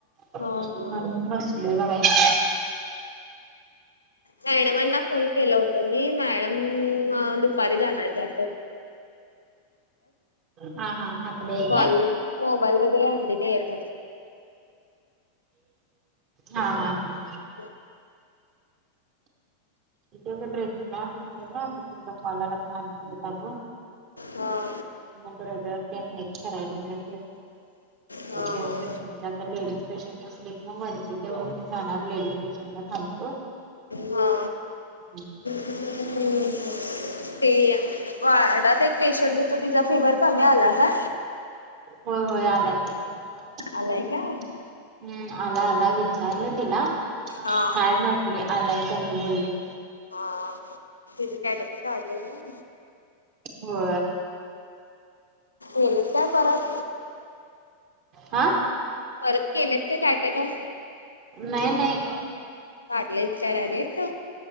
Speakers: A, on the right; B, on the left.
A: ब
B: हा हा
A: बयच.
B: मॅडमांना फोन केल होतो मी मॅडम ह दुपारी जाणार त्या
A: हा हा आपलं एक
B: कॉल
A: काय
B: मोबाईल वगैरे आणलेली येत.
A: हा हा हा.
B: ह.
A: त ड्रेसिंग ना हले ना आ तुका कॉलला मान कर सग
B: हा.
A: म ब्रदर ते नाहीचछ राहिले
B: हा
A: जनरेशन
B: हा
A: लेडीज पेशंट असले कि मग वर जव मी जाणार लेडीज पेशंट ला थांबतो.
B: हा.
A: हम्म.
B: हम्. ते वाडात एक पेशंट होत तिचा फिवर कमी आला का?
A: होय होय आला के हम्म
B: आलाय काय?
A: आला आला विचारलं तिला काय
B: हा
A: म्हटली आलाय कमी बोलली.
B: हा ह तिझ कॅटा तर काले ना.
A: हो.
B: येन परत
A: आं.
B: परत केल्यात का टायटाट
A: नाही नाही
B: पाटलेस काड रेट